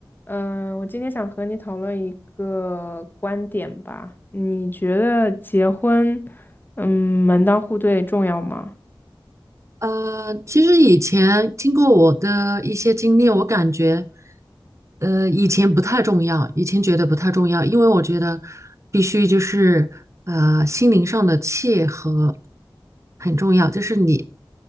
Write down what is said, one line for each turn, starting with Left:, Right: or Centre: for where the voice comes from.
Left: 嗯，我今天想和你讨论一个观点吧。你觉得结婚，嗯，门当户对重要吗？
Right: 呃，其实以前经过我的一些经历，我感觉，呃，以前不太重要，以前觉得不太重要，因为我觉得必须就是呃心灵上的契合很重要，就是你